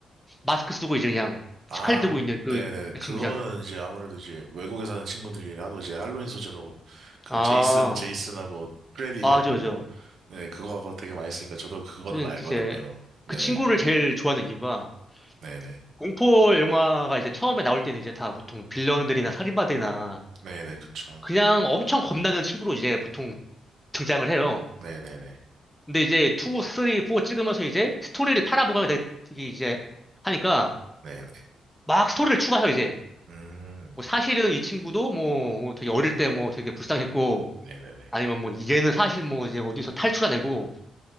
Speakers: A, in the centre; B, on the right.
A: 마스크 쓰고 이제 그냥
B: 아,
A: 칼 들고 있는
B: 네네.
A: 그, 그
B: 그거는
A: 친구잖아.
B: 이제 아무래도 이제 외국에 사는 친구들이 하도 이제 할로윈 소재로 그
A: 아,
B: 제이슨, 제이슨하고 프레디하고
A: 맞아, 맞아.
B: 네, 그거하고 되게 많이 쓰니까 저도 그거는
A: 저는
B: 알거든요.
A: 이제
B: 네,
A: 그 친구를 제일 좋아하는 이유가
B: 네네.
A: 공포 영화가 이제 처음에 나올 때는 이제 다 보통 빌런들이나 살인마들이나
B: 네네, 그쵸.
A: 그냥 엄청 겁나는 친구로 이제 보통 등장을 해요.
B: 네네네.
A: 근데 이제 2, 3, 4 찍으면서 이제 스토리를 팔아보가 되- 이제 하니까
B: 네네.
A: 막 스토리를 추가해요, 이제.
B: 음,
A: 뭐 사실은 이 친구도 뭐, 뭐 되게 어릴 때 뭐 되게 불쌍했고
B: 네네네.
A: 아니면 뭐 얘는 사실 뭐 이제 어디서 탈출하내고